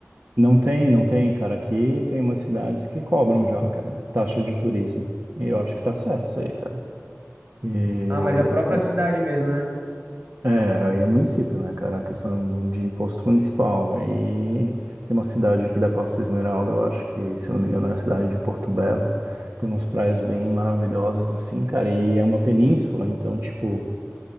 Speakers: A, on the right (about 70°); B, on the right (about 50°).
A: Não tem, não tem, cara. Aqui tem umas cidades que cobram já, cara, taxa de turismo. E eu acho que tá certo isso aí, cara. E
B: Ah, mas a própria
A: tem-
B: cidade mesmo, né?
A: é, aí é município, né, cara? A questão de imposto municipal. Aí tem uma cidade aqui da Costa Esmeralda, eu acho que, se eu não me engano, é a cidade de Porto Belo. Tem umas praias bem maravilhosas, assim, cara. E é uma península, então, tipo.